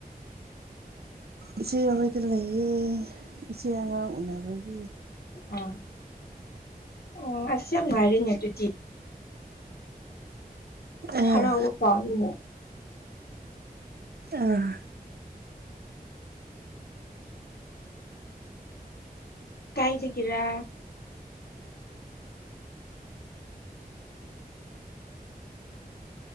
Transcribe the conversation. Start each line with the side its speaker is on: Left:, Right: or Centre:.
Right: ꯏꯆꯦ ꯍꯣꯏꯗ ꯂꯩꯌꯦ ꯏꯆꯦ ꯑꯉꯥꯡ ꯎꯅꯕꯒꯤ
Left: ꯑ ꯑꯣ ꯑꯁ ꯉꯥꯏꯔꯦꯅꯦ ꯑꯗꯨꯗꯤ
Right: ꯑꯥ
Left: ꯍꯔꯥꯎꯕ ꯄꯥꯎꯅꯤ
Right: ꯑꯥ
Left: ꯀꯥꯏ ꯗ ꯒꯤꯔꯥ